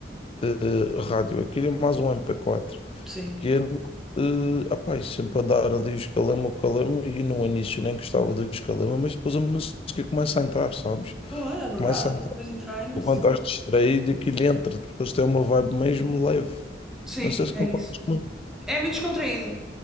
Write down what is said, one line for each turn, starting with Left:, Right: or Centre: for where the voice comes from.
Left: eh, rádio, aquilo é mais um MP4.
Centre: Sim.
Left: pequeno, eh, opá, e sempre a dar ali o escalama, o calama, e no início nem gostava do escalama, mas depois a música começa a entrar, sabes?
Centre: Pô, é verdade,
Left: Começa
Centre: aquilo
Left: a entrar.
Centre: depois entranha-se.
Left: Enquanto estás distraído, aquilo entra, porque eles têm uma vibe mesmo leve.
Centre: Sim,
Left: Não sei se
Centre: é
Left: concordas
Centre: isso.
Left: comigo.
Centre: É muito descontraído.